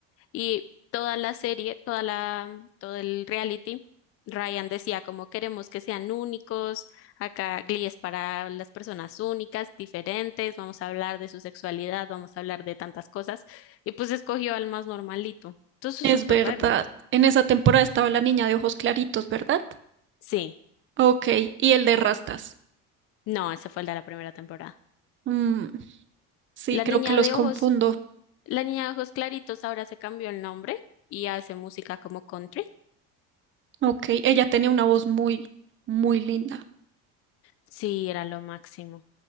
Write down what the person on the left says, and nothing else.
Y toda la serie, toda la, todo el reality, Ryan decía como queremos que sean únicos, acá Glee es para las personas únicas, diferentes, vamos a hablar de su sexualidad, vamos a hablar de tantas cosas, y pues escogió al más normalito. Entonces
eso fue
raro.
Sí,
no, ese fue el de la primera temporada.
La
niña
de
ojos, la niña de ojos claritos ahora se cambió el nombre y hace música como country.
Sí, era lo máximo.